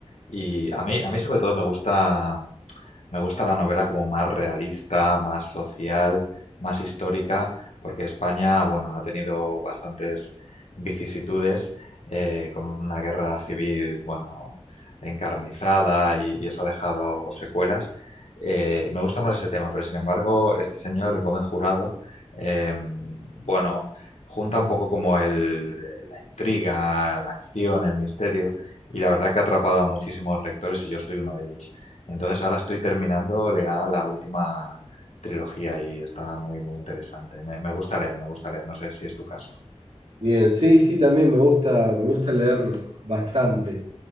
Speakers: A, on the left (about 90°); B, on the right (about 80°).
A: Y a mí, a mí sobre todo me gusta, Me gusta la novela como más realista, más social, más histórica, porque España, bueno, ha tenido bastantes vicisitudes eh, con una guerra civil, bueno, encarnizada y, y eso ha dejado secuelas. Eh, me gusta más ese tema, pero sin embargo, este señor
B: Sí.
A: Gómez Jurado, eh, bueno, junta un poco como el, la intriga, la acción, el misterio, y la verdad que ha atrapado a muchísimos lectores y yo soy uno de ellos. Entonces ahora estoy terminando ya la última trilogía y está muy, muy interesante. Me, me gusta leer, me gusta leer, no sé si es tu caso.
B: Bien, sí, sí, también me gusta, me gusta leer bastante.